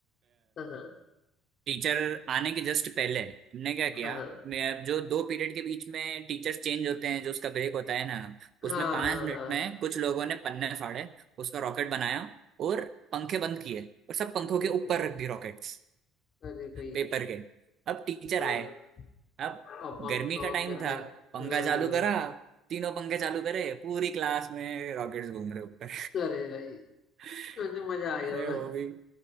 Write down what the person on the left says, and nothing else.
हाँ
हाँ
हाँ
हाँ
हाँ
अरे
भाई
अरे भाई
हाँ
और पंखा
ऑन
कर
दिया
हाँ
अरे भाई
मुझे मजा आ गया
होगा